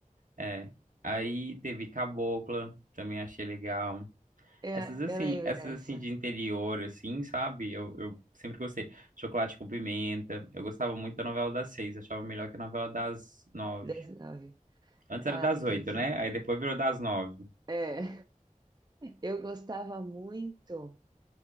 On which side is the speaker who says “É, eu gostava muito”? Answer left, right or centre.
Right